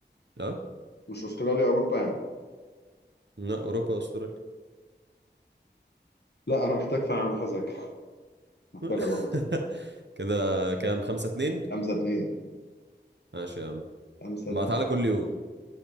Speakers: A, on the right; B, on the left.
A: ها
B: مش أستراليا أوروبا يعني
A: لا اوروبا استراليا
B: لا أنا محتاج فعلا أروح أذاكر محتاج
A: <laughs>
B: أروح أذاكر
A: كده كام خمسة اتنين
B: خمسة اتنين
A: ماشي يا عم
B: خمسة
A: بقى
B: اتنين
A: تعالى كل يوم